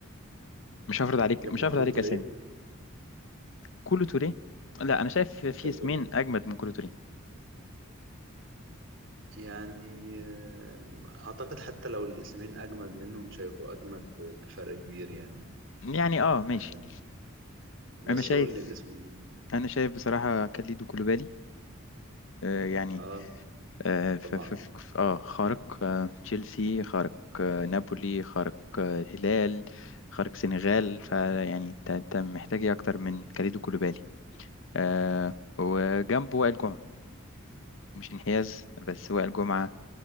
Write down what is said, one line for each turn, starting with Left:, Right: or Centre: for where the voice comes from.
Left: مش هفرض عليك
Right: جنب
Left: مش هفرض
Right: كلوتر
Left: عليك اسامي
Right: ايه
Left: كولو توريه لا انا شايف في
Right: انت بتقول
Left: اسمين اجمد من كولو توريه
Right: يعني آه، اعتقد حتى لو الاسمين اجمد منهم مش هيبقوا اجمد بفرق كبير يعني
Left: يعني اه ماشي
Right: آه، بس
Left: انا شايف
Right: قول لي الاسمين
Left: انا شايف بصراحه كاليدو كولوبالي آه، يعني
Right: اه
Left: اه ف-
Right: طبعا
Left: ف- ف- ف- آه، خارق آه، تشيلسي خارق آه، نابولي خارق آه، الهلال خارق سنغال فيعني انت انت محتاج ايه اكتر من كاليدو كولوبالي آه، وجنبه وائل جمعه مش انحياز بس وائل جمعه